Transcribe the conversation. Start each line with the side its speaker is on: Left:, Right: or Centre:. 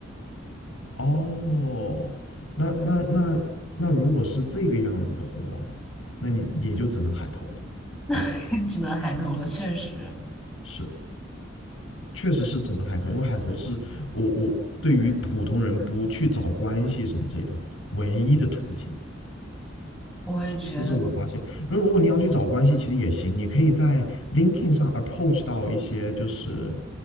Left: 哦，那那那那如果是这个样子的话，那你也就只能海投了，没别的，
Centre: <laughs> 只能海投了。确实，
Left: 是。确实是只能海投，因为海投是我我对于普通人不去找关系什么之类的唯一的途径，
Centre: 我也觉得
Left: 这是我发现。那如果你要去找关系，其实也行，你可以在 LinkedIn 上 approach 到一些，就是